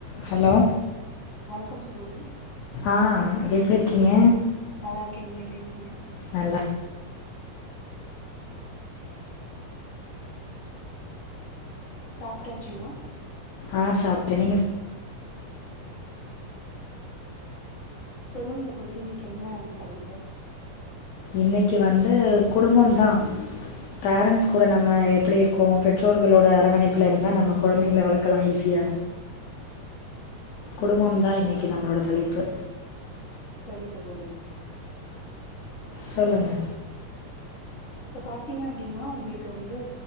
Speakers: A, on the left (about 70°); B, on the left (about 20°).
A: Hello
B: வணக்கம் சகோதரி
A: ஆ எப்பிடி இருக்கீங்க
B: நல்லா இருக்கே நீங்க எப்படி இருக்கீங்க
A: நல்லா
B: சாப்டாச்சுங்ளா
A: ஆ சாப்ட்டே நீங்க
B: சொல்லுங்க சகோதரி இன்னைக்கு என்ன தலைப்பு
A: இன்னைக்கு வந்து குடும்பம் தா பேரண்ட்ஸ் கூட நம்ம எப்டி இருக்கோ பெற்றோர்களோட அரவணைப்புல இருந்தா நம்ம கொழந்தைங்கள வளக்கலா ஈஸியா குடும்பம் தா இன்னைக்கு நம்மளோட தலைப்பு
B: சரி சகோதரி
A: சொல்லுங்க
B: இப்ப பாத்தீங்க அப்டின்னா உங்களுக்கு வந்து